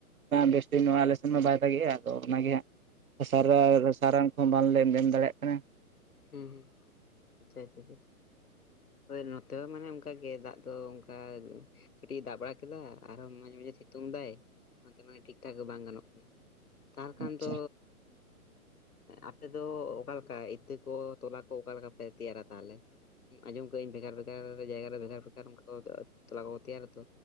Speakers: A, on the right (about 65°); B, on the left (about 75°).
A: ᱵᱮᱥᱴᱤᱷ ᱟᱞᱮᱥᱮᱱ ᱢᱟ ᱵᱟᱭ ᱫᱟᱜᱤᱮᱜᱼᱟ ᱟᱫᱚ ᱚᱱᱟᱜᱮ ᱦᱟᱸᱜ ᱥᱟᱨ ᱥᱟᱨᱟᱱ ᱠᱚᱦᱚᱸ ᱵᱟᱝᱞᱮ ᱮᱢ ᱫᱟᱲᱮᱭᱟᱜ ᱠᱟᱱᱟ
B: ᱦᱮᱸ ᱦᱩᱸ ᱟᱪᱪᱷᱟ ᱪᱪᱷᱟ ᱦᱳᱭ ᱱᱚᱛᱮ ᱦᱚᱸ ᱢᱟᱱᱮ ᱚᱱᱠᱟᱜᱮ ᱫᱟᱜ ᱫᱚ ᱚᱱᱠᱟ ᱠᱟᱹᱴᱤᱡ ᱮ ᱫᱟᱜ ᱵᱟᱲᱟ ᱠᱮᱫᱟ ᱟᱨᱦᱚᱸ ᱢᱟᱡᱮ ᱢᱟᱡᱷᱮ ᱥᱤᱛᱩᱝ ᱫᱟᱭ ᱚᱱᱟᱛᱮ ᱢᱟᱱᱮ ᱴᱷᱤᱠ ᱴᱷᱟᱠ ᱵᱟᱝ ᱜᱟᱱᱚᱜ ᱠᱟᱱᱟ ᱛᱟᱦᱚᱞᱮ ᱠᱷᱟᱱ
A: ᱟᱪᱪᱷᱟ
B: ᱫᱚ ᱟᱯᱮ ᱫᱚ ᱚᱠᱟᱞᱮᱠᱟ ᱤᱛᱟᱹ ᱛᱚᱞᱟ ᱠᱚᱠᱟ ᱛᱤᱭᱟᱨ ᱟᱠᱟᱜ-ᱟ ᱛᱟᱦᱞᱮ? ᱟᱸᱡᱚᱢ ᱠᱟᱜ ᱟᱹᱧ ᱵᱷᱮᱜᱟᱨ ᱵᱷᱮᱜᱟᱨ ᱡᱟᱭᱜᱟ ᱨᱮ ᱵᱷᱮᱜᱟᱨ ᱵᱷᱮᱜᱟᱨ ᱚᱱᱠᱟ ᱛᱚᱞᱟ ᱠᱚ ᱛᱮᱭᱟᱨᱟᱛᱚ